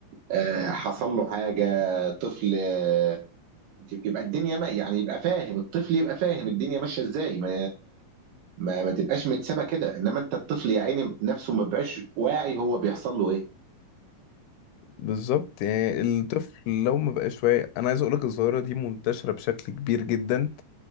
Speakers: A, on the right (about 80°); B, on the left (about 75°).
A: آه، حصل له حاجة طفل آه، يبقى الدنيا ما يعني يبقى فاهم الطفل يبقى فاهم الدنيا ماشية ازاي ما ما, ما تبقاش متسابه كده انما انت الطفل يا عيني نفسه ما بيبقاش واعي هو بيحصل له ايه
B: بالظبط يعني الطفل لو ما بقاش واعي انا عايز اقولك الظاهرة دي منتشرة بشكل كبير جدا